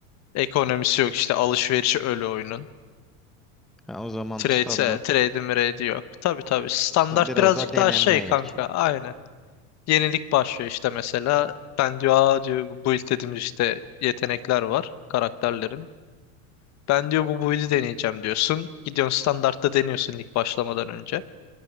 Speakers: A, on the left; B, in the centre.
A: Ekonomisi yok işte alışverişi ölü oyunun.
B: Ha, o zaman
A: Trade,
B: standart
A: trade mrade yok. Tabii tabii standart
B: biraz
A: birazcık
B: daha deneme
A: daha şey kanka
B: için.
A: aynen. Yenilik başlıyor işte mesela. Ben diyor aa diyor bu build dediğimiz işte yetenekler var karakterlerin. Ben diyor bu build'i deneyeceğim diyorsun. Gidiyorsun standartta deniyorsun lig başlamadan önce.